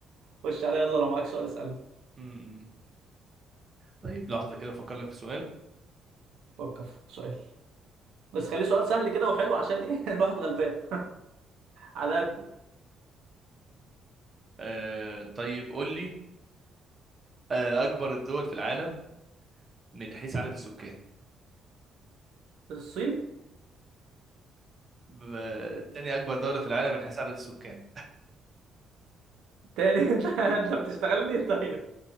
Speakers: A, on the right (about 75°); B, on the right (about 35°).
A: خش عليا يلا لو معاك سؤال اسألني
B: أمم. طيب لحظه كده افكر لك في سؤال
A: فكر في سؤال بس خليه سؤال سهل كده وحلو عشان ايه <laughs> الواحد غلبان على قد
B: آه طيب قول لي آه اكبر الدول في العالم من حيث عدد السكان
A: الصين
B: ب... تاني اكبر دوله في العالم من حيث عدد السكان
A: تاني <laughs> انت انت بتشتغلني طيب